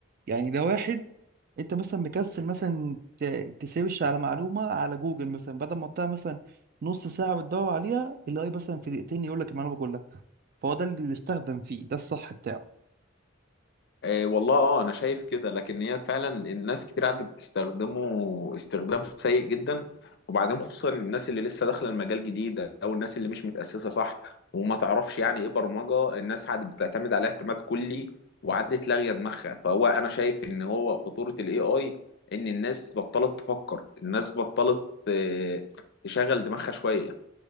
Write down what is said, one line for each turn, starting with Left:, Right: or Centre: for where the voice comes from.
Right: يعني ده واحد انت مثلا مكسل مثلا ت- تسيرش على معلومة على جوجل مثلا بدل ما تضيع مثلا نص ساعة بتدور عليها الاي مثلا في دقيقتين يقول لك المعلومة كلها فهو ده اللي بيستخدم فيه ده الصح بتاعه
Left: آه، والله اه انا شايف كده لكن هي فعلا الناس كتير قاعده بتستخدمه استخدام سيء جدا وبعدين خصوصا الناس اللي لسه داخله المجال جديد او الناس اللي مش متاسسه صح وما تعرفش يعني ايه برمجه الناس قاعده بتعتمد عليه اعتماد كلي وقعدت لاغيه دماغها فهو انا شايف ان هو خطوره الاي اي ان الناس بطلت تفكر الناس بطلت آه، تشغل دماغها شويه